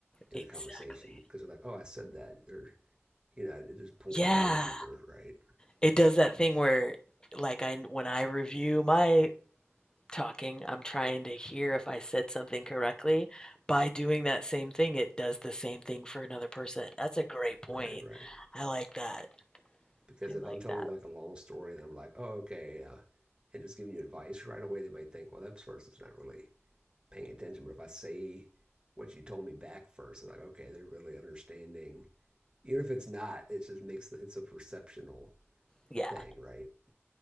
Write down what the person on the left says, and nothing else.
exactly.
Yeah.
It does that thing where like I when I review my talking, I'm trying to hear if I said something correctly. By doing that same thing, it does the same thing for another person. That's a great point.
I like that.
I
like
that.
Yeah.